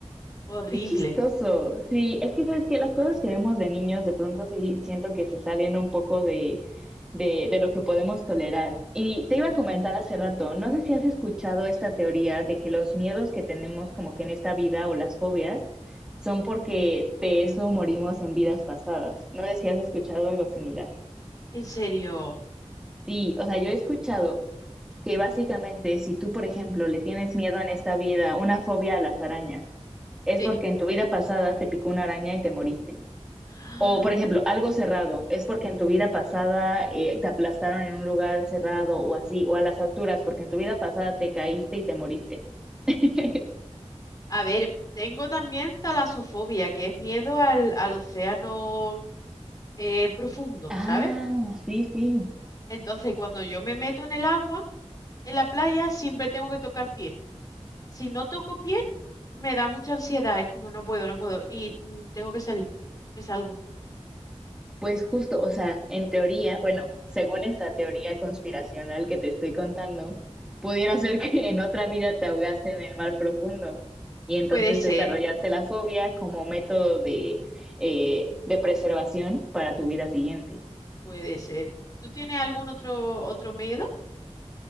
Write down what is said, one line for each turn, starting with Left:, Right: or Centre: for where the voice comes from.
Left: horrible.
Centre: Qué chistoso. Sí, es que sabes que las cosas que vemos de niños de pronto sí siento que se salen un poco de, de, de lo que podemos tolerar. Y te iba
Left: Mm,
Centre: a comentar hace rato, no sé si has escuchado esta teoría de que los miedos que tenemos como que en esta vida o las fobias son porque de eso morimos en vidas pasadas. No sé si has escuchado algo similar.
Left: En serio,
Centre: Sí, o sea, yo he escuchado que básicamente si tú, por ejemplo, le tienes miedo en esta vida, una fobia a las arañas, es
Left: sí.
Centre: porque en tu vida pasada te picó una araña y te moriste.
Left: <gasps>
Centre: O, por ejemplo, algo cerrado, es porque en tu vida pasada eh, te aplastaron en un lugar cerrado o así, o a las alturas, porque en tu vida pasada te caíste y te moriste. <laughs>
Left: A ver, tengo también talasofobia, que es miedo al, al océano eh, profundo,
Centre: Ah,
Left: ¿sabes?
Centre: sí, sí.
Left: Entonces, cuando yo me meto en el agua, en la playa, siempre tengo que tocar pie. Si no toco pie, me da mucha ansiedad. Es como no puedo, no puedo. Y mm, tengo que salir. Me salgo.
Centre: Pues justo, o sea, en teoría, bueno, según esta teoría conspiracional que te estoy contando, pudiera ser <laughs> que en otra vida te ahogaste en el mar profundo y entonces
Left: Puede ser,
Centre: desarrollaste la fobia como método de, eh, de preservación para tu vida siguiente.
Left: puede ser. ¿Tú tienes algún otro, otro miedo?